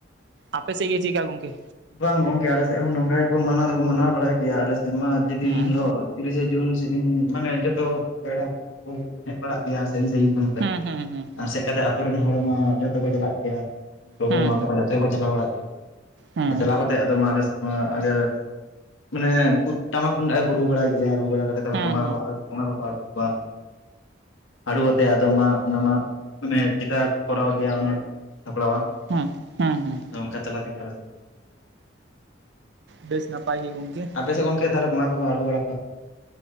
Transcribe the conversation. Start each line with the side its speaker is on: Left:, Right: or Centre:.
Right: ᱟᱯᱮ ᱥᱮᱫ ᱜᱮ ᱪᱮᱜ ᱠᱟ ᱜᱚᱝᱠᱮ?
Left: ᱵᱟᱝ ᱜᱚᱝᱠᱮ ᱟᱞᱮᱥᱮᱫ ᱦᱚᱸ ᱱᱚᱝᱠᱟ ᱜᱮᱠᱚ ᱢᱟᱱᱟᱣ ᱫᱚᱠᱚ ᱢᱟᱱᱟᱣ ᱵᱟᱲᱟᱭ ᱜᱮᱭᱟ ᱟᱞᱮ ᱥᱮᱫ ᱢᱟ ᱡᱮᱫᱤᱱ
Right: ᱦᱩᱸ
Left: ᱦᱤᱞᱳᱜ ᱛᱤᱨᱤᱥᱮ ᱡᱩᱱ ᱥᱮᱫᱤᱱ ᱢᱟᱱᱮ ᱡᱚᱛᱚ ᱯᱮᱲᱟ ᱠᱚ ᱦᱤᱡᱩᱜ ᱦᱮᱡ ᱵᱟᱲᱟᱜ ᱜᱮᱭᱟ ᱥᱟᱺᱜᱤᱧ ᱥᱟᱺᱜᱤᱧ ᱠᱷᱚᱱ ᱜᱮ
Right: ᱦᱩᱸ ᱦᱩᱸ ᱦᱩᱸ
Left: ᱟᱨ ᱥᱮᱫ ᱠᱟᱛᱮᱜ ᱟᱛᱳ ᱨᱮᱱ ᱦᱚᱲ ᱦᱚᱸ ᱡᱷᱚᱛᱚ ᱠᱚ ᱪᱟᱞᱟᱜ ᱜᱮᱭᱟ᱾ ᱜᱚᱜᱚ
Right: ᱦᱩᱸ ᱦᱩᱸ
Left: ᱢᱟ
Right: ᱦᱩᱸ
Left: ᱛᱟᱠᱚ ᱡᱚᱛᱚ ᱜᱮᱠᱚ ᱪᱟᱞᱟᱣ ᱵᱟᱲᱟᱜ ᱜᱮᱭᱟ
Right: ᱦᱩᱸ
Left: ᱟᱨ ᱪᱟᱞᱟᱣ ᱠᱟ ᱟᱫᱚ ᱢᱟ ᱟᱞᱮ ᱥᱮᱫ ᱢᱟ ᱟᱜᱮ ᱢᱟᱱᱮ ᱩᱱᱠᱩ ᱴᱟᱢᱟᱠ ᱴᱩᱢᱫᱟᱜ ᱜᱮ ᱠᱚ ᱨᱩ ᱵᱟᱲᱟᱭ ᱜᱮᱭᱟ ᱨᱩ ᱵᱟᱲᱟ ᱠᱟᱛᱮᱫ ᱛᱟᱨᱯᱚᱨ
Right: ᱦᱩᱸ
Left: ᱵᱚᱸᱜᱟ
Right: ᱦᱩᱸ
Left: ᱠᱚ ᱵᱚᱸᱜᱟ ᱠᱚᱠᱚ ᱟᱬᱜᱚ ᱠᱚᱣᱟ᱾ ᱦᱟᱲᱩᱵ ᱟᱛᱮᱜ ᱟᱫᱚ ᱢᱟ ᱚᱱᱟ ᱢᱟ ᱢᱟᱱᱮ ᱡᱮᱴᱟ ᱠᱚᱨᱟᱣ ᱜᱮᱭᱟ ᱚᱱᱟ ᱥᱟᱯᱲᱟᱣᱟ᱾
Right: ᱦᱩᱸ <inaudible> ᱦᱩᱸ ᱦᱩᱸ᱾
Left: ᱟᱫᱚ ᱚᱱᱠᱟ ᱛᱟᱞᱟ ᱛᱮᱜᱮ ᱟᱞᱮ ᱥᱮᱫ ᱢᱟ ᱦᱩᱭᱩᱜ ᱜᱮᱭᱟ᱾
Right: ᱵᱮᱥ ᱱᱟᱯᱟᱭ ᱜᱮ ᱜᱚᱝᱠᱮ ᱾
Left: ᱟᱯᱮᱥᱮᱫ ᱜᱚᱝᱠᱮ ᱛᱟᱦᱚᱞᱮ ᱵᱚᱸᱜᱟ ᱠᱚᱠᱚ ᱟᱬᱜᱚ ᱵᱟᱲᱟ ᱠᱚᱣᱟ